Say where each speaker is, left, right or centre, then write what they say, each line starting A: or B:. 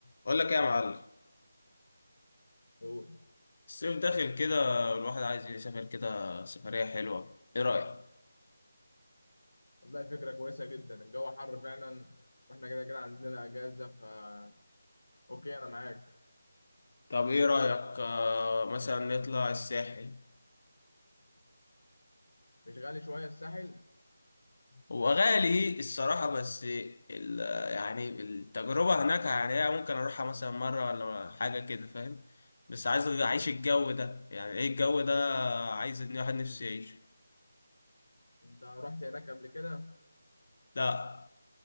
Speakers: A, on the left; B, on the left.
A: اقول لك ايه يا معلم
B: قول
A: الصيف داخل كده الواحد عايز يسافر كده سفرية حلوة ايه رأيك
B: والله فكرة كويسة جدا الجو حر فعلا واحنا كده كده عندنا اجازة فا اوكي انا معاك
A: طب ايه رأيك آه مثلا نطلع الساحل
B: مش غالي شوية الساحل
A: هو غالي الصراحة بس ال يعني التجربة هناك يعني هي ممكن اروحها مثلا مرة ولا حاجة كده فاهم بس عايز اعيش الجو ده يعني ايه الجو ده عايز ان واحد نفسي يعيشه
B: انت رحت هناك قبل كده
A: لا